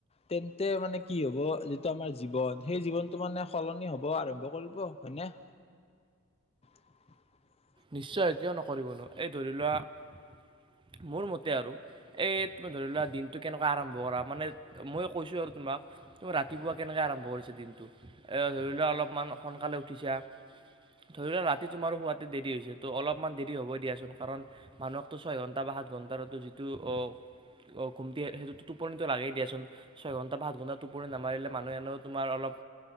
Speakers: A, on the left (about 25°); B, on the right (about 20°).
A: তেন্তে মানে কি হ'ব যিটো আমাৰ জীৱন সেই জীৱনটো মানে সলনি হব আৰম্ভ কৰিব হয়নে <unintelligible>
B: নিশ্চয় এতিয়াও নকৰিবনো এই ধৰি লোৱা মোৰ মতে আৰু এই তুমি ধৰি লোৱা দিনটো কেনেকোৱা আৰম্ভ কৰা মানে মই কৈছো আৰু তোমাক তোৰ ৰাতিপুৱা কেনেকে আৰম্ভ কৰিছে দিনটো এ ধৰি লোৱা অলপমান সোনকালে উঠিছা। ধৰি লোৱা ৰাতি তোমাৰ শুৱাতে দেৰি হৈছে, তো অলপমান দেৰি হ'বই দিয়াচোন কাৰণ মানুহকটো ছয় ঘণ্টা বা সাত ঘণ্টাৰটো যিটো অ' অ ঘুমটি এ সেইটো টোপনিটো লাগেই দিয়াচোন। ছয় ঘণ্টা পাচ ঘণ্টা টোপৰি নামাৰিলে মানুহে হেন তোমাৰ অলপ।